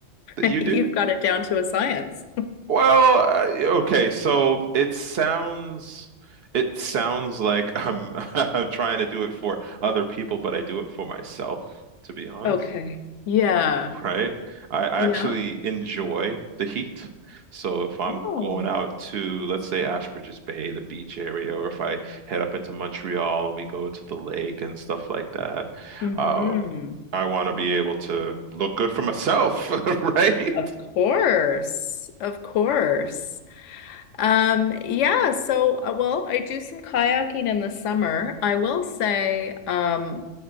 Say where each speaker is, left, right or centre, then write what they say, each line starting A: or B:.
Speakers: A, on the left; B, on the right.
A: <laughs>
B: that you
A: You've
B: do?
A: got it down to a science.
B: Well, uh, okay, so it sounds it sounds like I'm <laughs> I'm trying to do it for other people, but I do it for myself, to be honest,
A: Okay. Yeah.
B: right? I, I
A: Yeah.
B: actually enjoy the heat. So if I'm
A: Oh.
B: going out to, let's say, Ashbridges Bay, the beach area, or if I head up into Montreal and we go to the lake and stuff like that,
A: Mm-hmm.
B: um, I want to be able to look good for myself, <laughs> right?
A: Of course. Of course. Um, yeah, so uh, well, I do some kayaking in the summer. I will say, um,